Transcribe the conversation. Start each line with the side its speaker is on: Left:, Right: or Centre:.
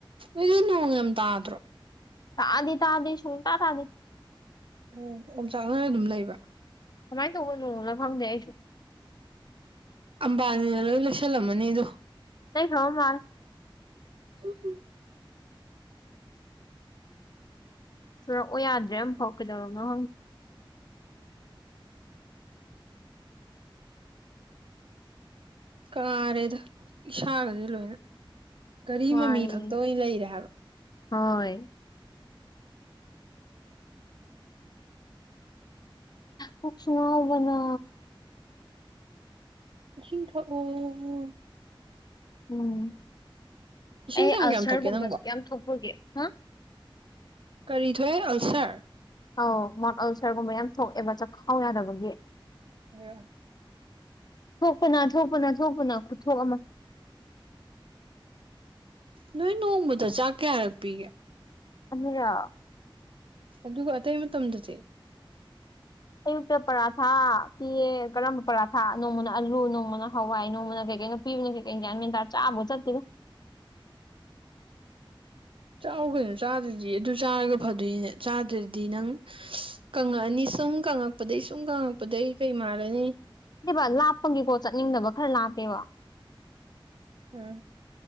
Right: ꯑꯗꯨ ꯅ ꯉ ꯇꯥ꯭ꯔꯣ
Left: ꯥꯗꯤ ꯇꯥꯗꯤ ꯁꯟ ꯇ ꯑꯥꯗꯤ
Right: ꯑꯣ ꯑꯣꯝ ꯆꯥꯛꯅꯅ ꯑꯗꯨꯝ ꯂꯩꯕ
Left: ꯀꯃꯥꯏꯅ ꯇꯧꯕꯅꯣꯅ ꯈꯪꯗꯦ ꯑꯩꯁꯨ
Right: ꯑꯝꯕꯥꯅꯤꯅ ꯂꯣꯏ ꯂꯣꯏꯁꯜꯂꯝꯃꯅꯤ ꯑꯗꯣ
Left: ꯅ ꯈꯥꯎ ꯃꯥꯔ
Right: ꯎꯝ
Left: ꯆꯨꯔꯛꯑꯣ ꯌꯥꯗ꯭ꯔꯦ ꯑꯃ ꯐꯥꯎꯀꯗꯕ ꯅꯪ
Right: ꯀꯥꯔꯦꯗ ꯏꯁꯥꯒꯗꯤ ꯂꯣꯏꯅ ꯒꯥꯔꯤ
Left: ꯋꯥꯔꯦ
Right: ꯃꯃꯤ ꯈꯛꯇ ꯑꯣꯏꯅ ꯂꯩꯔꯦ ꯍꯥꯏꯕ
Left: ꯍꯣꯏ ꯀꯁꯕꯅꯥ
Right: ꯏꯁꯤꯡꯁꯤꯡ ꯊ ꯑꯣ
Left: ꯎꯝ
Right: ꯏꯁꯤꯡ
Left: ꯑꯩ
Right: ꯀꯌꯥꯝ
Left: ꯑꯜꯁꯔꯒꯨꯝꯕꯁꯨ
Right: ꯀꯌꯥꯝ ꯊꯛꯀꯦ ꯅꯪꯕꯣ
Left: ꯌꯥꯝ ꯊꯣꯛꯄꯒꯦ ꯍꯥ
Right: ꯀꯔꯤ ꯊꯣꯛꯑꯦ ꯑꯜꯁꯔ
Left: ꯑꯧ ꯃꯣꯠ ꯑꯜꯁꯔꯒꯨꯝꯕ ꯌꯥꯝ ꯊꯣꯛꯑꯦꯕ ꯆꯥꯛꯈꯥꯎ ꯌꯥꯗꯕꯒꯤ
Right: ꯑꯣ
Left: ꯊꯣꯛꯄꯅ ꯊꯣꯛꯄꯅ ꯊꯣꯛꯄꯅ ꯈꯨꯠꯊꯣꯛ ꯑꯃ
Right: ꯅꯣꯏ ꯅꯣꯡꯃꯗ ꯆꯥꯛ ꯀꯌꯥꯔꯛ ꯄꯤꯒꯦ
Left: ꯑ ꯌꯥ
Right: ꯑꯗꯨꯒ ꯑꯇꯩ ꯃꯇꯝꯗꯁꯦ
Left: ꯑꯌꯨꯛꯇ ꯄꯔꯥꯊꯥ ꯄꯤꯌꯦ ꯀꯔꯝꯕ ꯄꯔꯥꯊꯥ ꯅꯣꯡꯃꯅ ꯑꯂꯨ ꯅꯣꯡꯃꯅ ꯍꯋꯥꯏ ꯅꯣꯡꯃꯅ ꯀꯩ ꯀꯩꯅꯣ ꯄꯤꯕꯅꯦ ꯀꯩꯒꯤ꯭ꯅ ꯃꯤꯦꯟꯔ ꯆꯥꯕꯣ ꯆꯠꯇꯔꯣ
Right: ꯆꯥꯎꯥꯛ ꯀꯩꯅꯣ ꯆꯥꯗ꯭ꯔꯗꯤ ꯑꯗꯨ ꯆꯥꯔꯒ ꯐꯗꯣꯏꯅꯦ ꯆꯥꯗ꯭ꯔꯗꯤ ꯅꯪ ꯀꯪꯉꯛꯑꯅꯤ ꯁꯨꯝ ꯀꯪꯉꯛꯄꯗꯒꯤꯩ ꯁꯨꯝ ꯀꯪꯉꯛꯄꯗꯩ ꯀꯩ ꯃꯥꯔꯅꯤ
Left: ꯅꯕ ꯂꯥꯞꯄꯒꯤ ꯄꯣꯠ ꯆꯠꯅꯤꯡꯗꯕ ꯈꯔ ꯂꯥꯞꯄꯦꯕ
Right: ꯎꯝ